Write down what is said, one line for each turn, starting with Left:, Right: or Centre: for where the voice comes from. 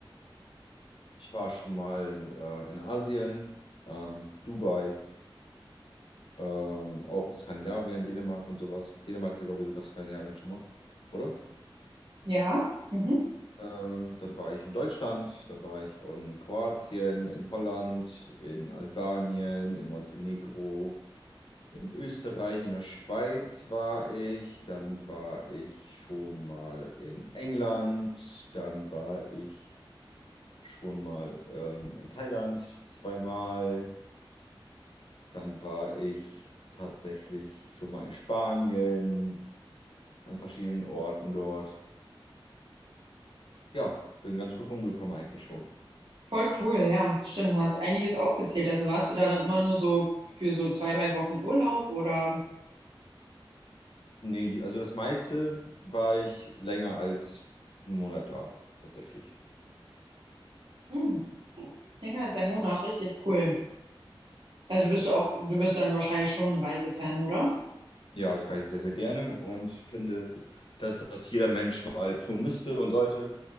Left: Ich war schon mal äh, in Asien, ähm, Dubai, ähm, auch in Skandinavien, Dänemark und sowas. Dänemark ist ja, glaube ich, sogar Skandinavien schon mal, oder?
Right: Ja, mhm.
Left: Ähm, dann war ich in Deutschland, dann war ich auch in Kroatien, in Holland, in Albanien, in Montenegro, in Österreich, in der Schweiz war ich, dann war ich schon mal in England, dann war ich schon mal ähm, in Thailand zweimal. Dann war ich tatsächlich schon mal in Spanien, an verschiedenen Orten dort. Ja, bin ganz gut rumgekommen eigentlich schon.
Right: Voll cool, ja, stimmt, hast einiges aufgezählt. Also warst du da dann immer nur so für so zwei, drei Wochen Urlaub oder
Left: Nee, die, also das meiste war ich länger als einen Monat da, tatsächlich.
Right: hm, länger als ein Monat, richtig cool. Also bist du auch, du bist dann wahrscheinlich schon ein Reisefan, oder?
Left: Ja, ich reise sehr, sehr gerne und finde, dass das jeder Mensch mal tun müsste und sollte,